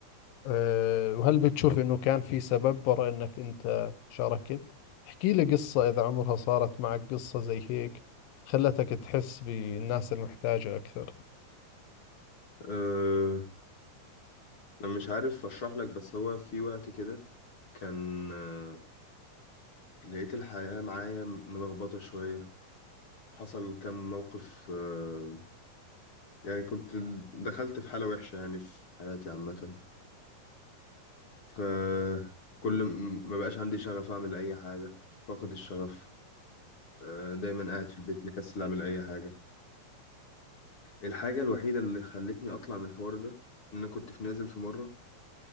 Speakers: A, on the left; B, on the left.
A: آه، وهل بتشوف إنه كان في سبب وراء إنك أنت شاركت؟ احكي لي قصة إذا عمرها صارت معك قصة زي هيك خلتك تحس بالناس المحتاجة أكثر
B: أه أنا مش عارف أشرح لك بس هو في وقت كده كان أه لقيت الحياة معايا ملخبطة شوية حصل كم موقف أه يعني كنت دخلت في حالة وحشة يعني في حياتي عامة فكل م- ما بقاش عندي شغف أعمل أي حاجة فاقد الشغف آه، دايما قاعد في البيت مكسل اعمل اي حاجه الحاجه الوحيده اللي خلتني اطلع من الحوار ده ان أنا كنت في نازل في مره